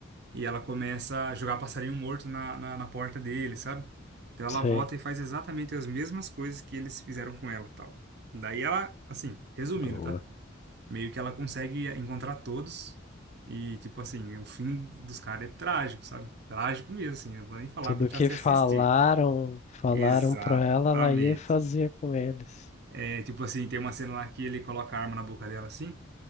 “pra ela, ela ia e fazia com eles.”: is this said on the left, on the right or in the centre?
Left